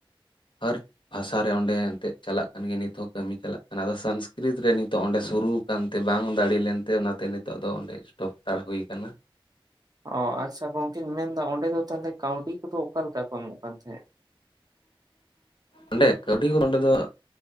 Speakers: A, on the left; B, on the right.
A: ᱦᱹᱨ ᱵᱷᱟᱥᱟ ᱨᱮ ᱚᱸᱰᱮ ᱮᱱᱛᱚᱜ ᱪᱟᱞᱟᱜ ᱠᱟᱱ ᱜᱮ ᱱᱤᱛ ᱦᱚᱸ ᱠᱟᱹᱢᱤ ᱪᱟᱞᱟᱜ ᱠᱟᱱᱟ, ᱟᱫᱚ ᱥᱟᱹᱱᱥᱠᱤᱨᱤᱛ ᱨᱮ ᱱᱤᱛᱚᱜ ᱚᱸᱰᱮ ᱥᱩᱨᱩ ᱠᱟᱱ ᱛᱮ ᱵᱟᱝ ᱫᱟᱲᱮ ᱞᱮᱱ ᱛᱮ ᱚᱱᱟ ᱛᱮ ᱱᱤᱛᱚᱜ ᱫᱚ ᱚᱸᱰᱮ ᱮᱥᱴᱳᱯ ᱦᱟᱛᱟᱲ ᱦᱩᱭ ᱟᱠᱟᱱᱟ ᱾
B: ᱚ ᱟᱪᱪᱷᱟ, ᱜᱚᱝᱠᱮ ᱢᱮᱱᱫᱟ ᱚᱸᱰᱮ ᱫᱚ ᱛᱟᱦᱚᱞᱮ ᱠᱟᱹᱣᱰᱤ ᱠᱚᱫᱚ ᱚᱠᱟ ᱞᱮᱠᱟ ᱠᱚ ᱮᱢᱚᱜ ᱠᱟᱱ ᱛᱟᱦᱮᱸᱫ? <inaudible>
A: ᱚᱸᱰᱮ, ᱠᱟᱹᱣᱰᱤ ᱦᱚᱸ ᱚᱸᱵᱮ ᱫᱚ